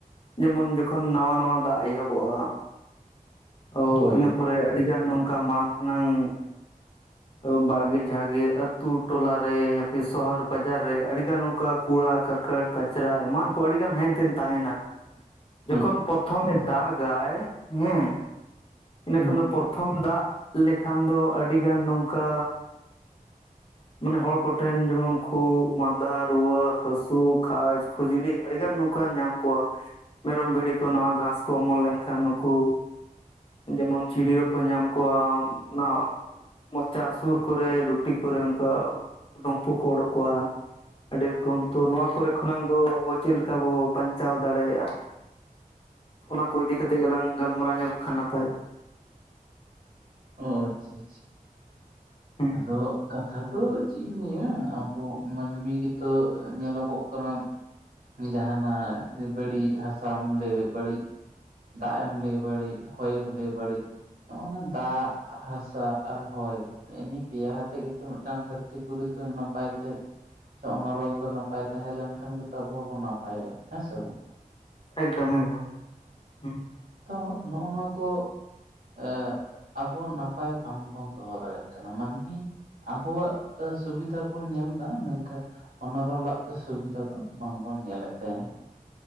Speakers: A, on the left; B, on the right.
A: ᱡᱮᱢᱚᱱ ᱡᱚᱠᱷᱚᱱ ᱱᱟᱣᱟ ᱱᱟᱣᱟ ᱫᱟᱜ ᱮᱦᱚᱵᱚᱜᱼᱟ᱾ ᱛᱚ
B: ᱦᱳᱭ
A: ᱤᱱᱟᱹ ᱯᱚᱨᱮ ᱟᱹᱰᱤᱜᱟᱱ ᱱᱚᱝᱠᱟ ᱢᱟᱝ ᱠᱷᱚᱱᱟᱝ
B: <unintelligible>
A: ᱛᱚ ᱵᱟᱲᱜᱮ ᱡᱷᱟᱲᱜᱮ ᱟᱹᱛᱩ ᱴᱚᱞᱟ ᱨᱮ ᱚᱯᱷᱤᱥ ᱥᱚᱦᱚᱨ ᱵᱟᱡᱟᱨ ᱨᱮ ᱟᱹᱰᱤ ᱜᱟᱱ ᱚᱱᱠᱟ ᱠᱩᱲᱟ ᱠᱟᱹᱨᱠᱟᱹᱴ ᱠᱟᱪᱨᱟ ᱮᱢᱟᱱ ᱠᱚ ᱟᱹᱰᱤ ᱜᱟᱱ ᱦᱮᱱᱛᱮᱱ ᱛᱟᱦᱮᱸᱱᱟ᱾
B: <unintelligible>
A: ᱡᱚᱠᱷᱚᱱ ᱯᱚᱨᱛᱷᱚᱢᱮ ᱫᱟᱜᱟᱭ ᱦᱮᱸ ᱤᱱᱟᱹ
B: ᱦᱮᱸ
A: ᱠᱷᱟᱱ ᱫᱚ ᱯᱚᱨᱛᱷᱚᱢ ᱫᱟᱜ ᱞᱮᱠᱷᱟᱱ ᱫᱚ ᱟᱹᱰᱤ ᱜᱟᱱ ᱱᱚᱝᱠᱟ
B: <unintelligible>
A: ᱢᱟᱱᱮ ᱦᱚᱲ ᱠᱚᱴᱷᱮᱱ ᱡᱮᱢᱚᱱ ᱠᱷᱩᱜ, ᱢᱟᱫᱟ, ᱨᱩᱣᱟᱹ ᱦᱟᱹᱥᱩ, ᱠᱷᱟᱡ ᱠᱷᱩᱡᱞᱤ ᱟᱹᱰᱤᱜᱟᱱ ᱱᱚᱝᱠᱟᱱ ᱧᱟᱢ ᱠᱩᱣᱟ᱾ ᱢᱮᱨᱚᱢ ᱵᱷᱤᱰᱤ ᱠᱚ ᱱᱟᱣᱟ ᱜᱷᱟᱸᱥ ᱠᱚ ᱚᱢᱚᱱ ᱞᱮᱱᱠᱷᱟᱱ ᱱᱩᱠᱩ ᱡᱮᱢᱚᱱ ᱪᱤᱰᱤᱲ ᱦᱚᱸ ᱠᱚ ᱧᱟᱢ ᱠᱚᱣᱟ ᱚᱱᱟ ᱢᱚᱪᱟ ᱥᱩᱨ ᱠᱚᱨᱮ ᱞᱩᱴᱤ ᱠᱚᱨᱮ ᱚᱱᱠᱟ ᱰᱩᱢᱯᱷᱩ ᱠᱚ ᱩᱰᱳᱠᱚᱜᱼᱟ᱾ ᱟᱹᱰᱤ ᱨᱚᱠᱚᱢ ᱛᱚ ᱱᱚᱣᱟ ᱠᱚᱨᱮ ᱠᱷᱚᱱᱟᱝ ᱫᱚ ᱟᱵᱚ ᱪᱮᱫ ᱞᱮᱠᱟ ᱵᱚ ᱵᱟᱧᱪᱟᱣ ᱫᱟᱲᱮᱭᱟᱜᱼᱟ? ᱚᱱᱟ ᱠᱚ ᱤᱫᱤ ᱠᱟᱛᱮ ᱜᱮᱞᱟᱝ ᱜᱟᱞᱢᱟᱨᱟᱣ ᱧᱚᱜ ᱠᱷᱟᱱ ᱱᱟᱯᱟᱭ
B: ᱚ ᱟᱪᱪᱷᱟ ᱟᱪᱪᱷᱟ,
A: ᱦᱩᱸ
B: ᱟᱫᱚ ᱠᱟᱛᱷᱟ ᱠᱚ ᱪᱤᱫ ᱤᱧ ᱞᱟᱹᱭᱟ, ᱟᱵᱚ ᱢᱟᱹᱱᱢᱤ ᱜᱮᱛᱚ ᱧᱮᱞᱚᱜᱚᱜ ᱠᱟᱱᱟ ᱡᱟᱦᱟᱸ ᱱᱟᱜ ᱵᱟᱹᱲᱤᱡ ᱦᱟᱥᱟᱢ ᱞᱟᱹᱭ ᱵᱟᱹᱲᱤᱡ ᱫᱟᱜ ᱮᱢ ᱞᱟᱹᱭ ᱵᱟᱹᱲᱤᱡ ᱦᱚᱭᱮᱢ ᱞᱟᱹᱭ ᱵᱟᱹᱲᱤᱡ᱾ ᱱᱚᱜᱼᱚ ᱱᱟ ᱫᱟᱜ ᱦᱟᱥᱟ ᱟᱨ ᱦᱚᱭ ᱮᱜᱼᱮ ᱱᱤᱭᱟᱹ ᱯᱮᱭᱟ ᱦᱟᱛᱮ ᱜᱮᱛᱚ ᱢᱤᱫᱴᱟᱝ ᱫᱷᱟᱹᱨᱛᱤ ᱯᱩᱨᱤ ᱫᱚ ᱱᱟᱯᱟᱭ ᱛᱮ ᱥᱮ ᱚᱱᱚᱲᱚᱞ ᱫᱚ ᱱᱟᱯᱟᱭ ᱛᱟᱦᱮᱸ ᱞᱮᱱᱠᱷᱟᱱ ᱜᱮᱛᱚ ᱟᱵᱚ ᱦᱚᱸᱵᱚ ᱱᱟᱯᱟᱭᱚᱼᱟ ᱦᱮᱸ ᱥᱮ ᱵᱟᱝ᱾
A: ᱮᱠᱫᱚᱢ ᱮᱠᱫᱚᱢ, ᱦᱩᱸ᱾
B: ᱛᱚ ᱱᱚᱜᱼᱚ ᱱᱚᱣᱟ ᱠᱚ ᱮ ᱟᱵᱚ ᱱᱟᱯᱟᱭ ᱵᱟᱝᱵᱚᱱ ᱫᱚᱦᱚ ᱫᱟᱲᱮᱜ ᱠᱟᱱᱟ, ᱢᱟᱹᱱᱢᱤ ᱟᱵᱚᱣᱟᱜ ᱥᱩᱵᱤᱫᱷᱟ ᱵᱚᱱ ᱧᱮᱞ ᱫᱟ ᱢᱮᱱᱠᱷᱟᱱ ᱚᱱᱚᱲᱚᱞᱟᱜ ᱥᱩᱵᱤᱫᱷᱟ ᱫᱚ ᱵᱟᱝᱵᱚᱱ ᱧᱮᱞᱮᱫ ᱛᱟᱭᱟ᱾